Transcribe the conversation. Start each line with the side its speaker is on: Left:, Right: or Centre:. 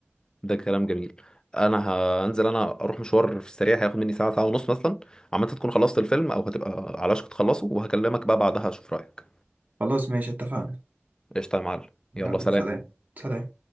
Left: ده كلام جميل انا هنزل انا اروح مشوار في السريع هياخد مني ساعه ساعه ونص مثلا عم انت تكون خلصت الفيلم او هتبقى على وشك تخلصه وهكلمك بقى بعدها اشوف رايك
Right: خلاص ماشي اتفقنا
Left: قشطه يا معلم
Right: يلا
Left: يلا سلام
Right: سلام سلام